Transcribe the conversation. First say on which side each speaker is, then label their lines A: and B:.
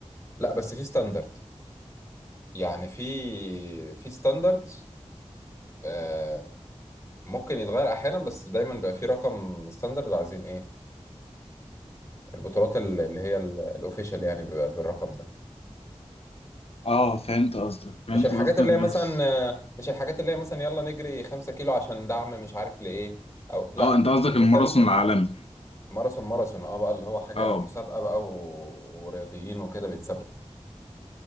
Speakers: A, on the left; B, on the left.
A: لا بس في ستاندرد يعني في في ستاندرد آه ممكن يتغير احيانا بس دايما بيبقى في رقم ستاندرد عايزين ايه البطولات ال- اللي هي الاوفيشال يعني بيبقى بالرقم ده
B: اه فهمت قصدك فهمت
A: مش الحاجات
B: قصدك
A: اللي
B: بس
A: هي مثلا آه، مش الحاجات اللي هي مثلا يلا نجري خمسة كيلو عشان دعم مش عارف لايه او لا
B: اه انت قصدك
A: احنا بنتكلم
B: الماراثون
A: في
B: العالمي
A: ماراثون ماراثون اه بقى اللي هو حاجة
B: اه
A: مسابقة بقى و... ورياضيين وكده بيتسابقوا